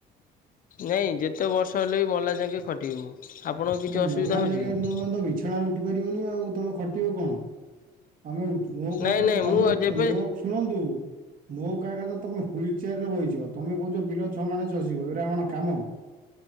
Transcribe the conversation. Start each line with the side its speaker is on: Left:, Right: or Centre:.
Left: ନାଇଁ ଯେତେ ବର୍ଷ ହେଲେ ବି ମଲା ଯାଙ୍କେ ଖଟିବି ମୁଁ। ଆପଣଙ୍କ କିଛି
Right: ନା
Left: ଅସୁବିଧା
Right: ମଲା
Left: ହେଉଛି କି?
Right: <unintelligible> ବିଛଣାରୁ ଉଠି ପାରିବନି ଆଉ ତମେ ଖଟିବ କଣ ତମେ ମୋ କହିଆ
Left: ନାଇଁ
Right: କଥା
Left: ନାଇଁ
Right: ତମେ
Left: ମୁଁ ଯେବେ
Right: ମୋ ଶୁଣନ୍ତୁ ମୋ କାହିଆ କଥା ତମେ ହ୍ୱିଲ ଚେୟାର ରେ ବଇଚ, ତମେ କହୁଛ ବିଲ ଛଅ ମାଣେ ଚସିବ ଏଇଗୁରା କଣ କାମ?